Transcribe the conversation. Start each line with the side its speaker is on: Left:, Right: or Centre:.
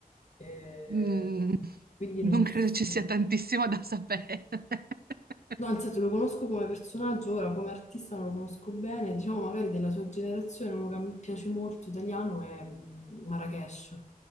Left: eh,
Right: Mm,
Left: quindi non...
Right: non
Left: s-
Right: credo ci sia tantissimo da sapere. <laughs>
Left: No, nel senso lo conosco come personaggio, ora come artista non lo conosco bene, diciamo magari della sua generazione, uno che mi piace molto italiano è Marrakesh.